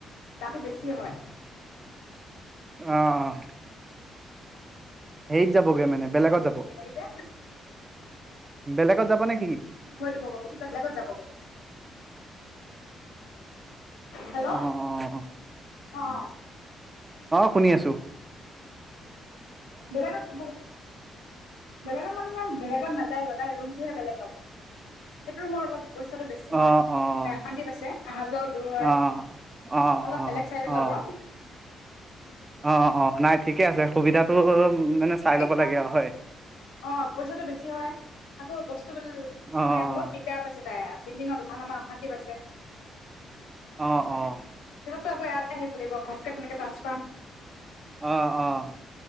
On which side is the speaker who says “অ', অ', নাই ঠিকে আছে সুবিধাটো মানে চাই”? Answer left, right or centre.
Right